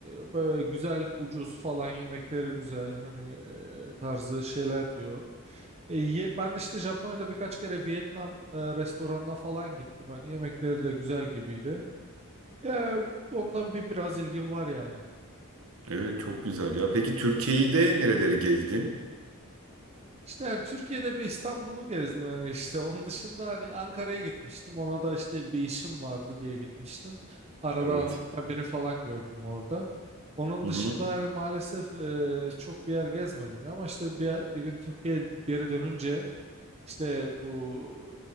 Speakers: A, on the right (about 30°); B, on the right (about 65°).
A: böyle güzel, ucuz falan yemekleri güzel. Hani e, tarzı şeyler diyor. E, ye- ben de işte Japonya'da birkaç kere Vietnam e, restoranına falan gittim. Hani yemekleri de güzel gibiydi. Ya ondan bir biraz ilgim var yani.
B: Evet, çok güzel ya. Peki Türkiye'yi de nereleri gezdin?
A: İşte yani Türkiye'de bir İstanbul'u gezdim yani işte onun dışında hani Ankara'ya gitmiştim ona da işte bir işim vardı diye gitmiştim. Arada
B: Evet.
A: Anıtkabir'i falan gördüm orada. Onun
B: Hı
A: dışında
B: hı.
A: yani maalesef e, çok bir yer gezmedim ya ama işte bir, bir gün Türkiye'ye geri dönünce işte bu